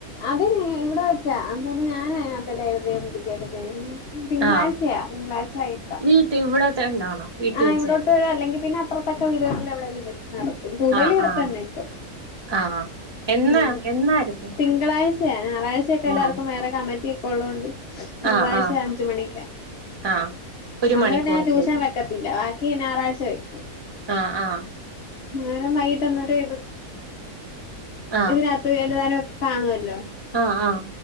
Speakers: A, on the left (about 55°); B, on the right (about 25°).
A: അതിന് ഇവിടെ വെച്ചാ അന്നേരം ഞാൻ അതിനകത്തല്ലാം എഴുതേം പിടിക്കേം ഒക്കെ ചെയ്യുന്നെ. തിങ്കളാഴ്ചയാ,
B: ആഹ്
A: തിങ്കളാഴ്ച വൈകിട്ടാ.
B: വീട്ടിൽ ഇവിടെ തന്നാണോ? വീട്ടിൽ
A: ആ
B: വെച്ച്
A: ഇവിടോട്ടു
B: തന്നെ
A: വരും അല്ലെങ്കി പിന്നെ അപ്പറത്തക്ക വീടുകളിൽ എവിടെലും വെരും. നടത്തും കൂടുതൽ
B: ആഹ്
A: ഇടെ
B: ആഹ്
A: തന്നെ ഇപ്പം,
B: ആഹ് എന്നാ
A: മ് തിൻ
B: എന്നായിരുന്നു
A: തിങ്കളാഴ്ചയാ ഞായറാഴ്ചെക്കെ എല്ലാർക്കും
B: ആഹ്
A: വേറെ കമ്മറ്റിയക്കെ ഒള്ളോണ്ട് തിങ്കളാഴ്ച
B: ആഹ് ആഹ്
A: അഞ്ചുമണിക്ക.
B: ആഹ് ഒരു
A: അന്ന്
B: മണിക്കൂറത്തേക്ക്
A: പിന്നെ നാ ട്യൂഷൻ വെ ഇല്ല ബാക്കി ഞാറാഴ്ച വെക്കും.
B: ആഹ് ആഹ്
A: നേരം വൈകിട്ട്ന്നരു ഇത്
B: ആഹ്
A: ഇതിന എഴുതുവാനോക്കെ കാണുവല്ലോ.
B: ആഹ്, ആഹ്.